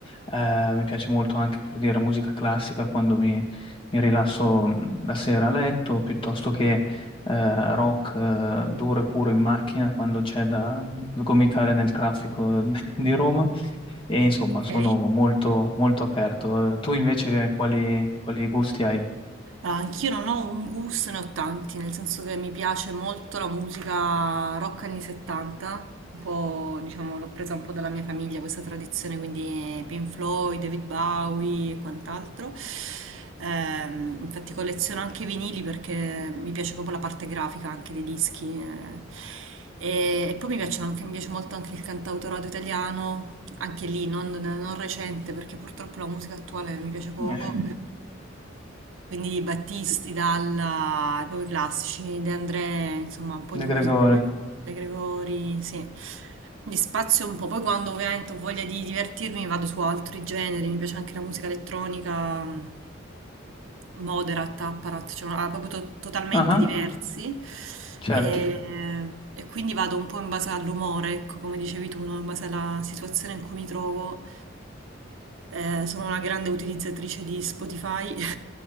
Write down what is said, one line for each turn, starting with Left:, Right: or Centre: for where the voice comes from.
Left: eh, mi piace molto anche per dire musica classica quando mi, mi rilasso mh, la sera a letto, piuttosto che eh, rock eh, duro e puro in macchina quando c'è da sgomitare nel traffico <laughs> di Roma. E insomma,
Right: Ok.
Left: sono molto, molto aperto. Eh, Tu invece quali, quali gusti hai?
Right: Allora, Anch'io non ho un gusto, ne ho tanti, nel senso che mi piace molto la musica rock anni 70, un po', diciamo, l'ho presa un po' dalla mia famiglia questa tradizione, quindi Pink Floyd, David Bowie e quant'altro. Ehm, infatti colleziono anche i vinili perché mi piace proprio la parte grafica anche dei dischi. eh. E, e poi mi piacciono anche- mi piace molto anche il cantautorato italiano, anche lì non non recente perché purtroppo la musica attuale mi piace poco.
Left: Eh,
Right: Quindi Battisti, Dalla, proprio i classici, De André, insomma un po'
Left: De
Right: di musica,
Left: Gregori.
Right: De Gregori, sì. Mi spazio un po', poi quando ovviamente ho voglia di divertirmi vado su altri generi, mi piace anche la musica elettronica, mh, Moderat, Apparat, cioè ah, proprio to- totalmente
Left: Ah, ah,
Right: diversi.
Left: certo.
Right: E, e quindi vado un po' in base all'umore, ecco, come dicevi tu, no? In base alla situazione in cui mi trovo. Eh, sono una grande utilizzatrice di Spotify. <laughs>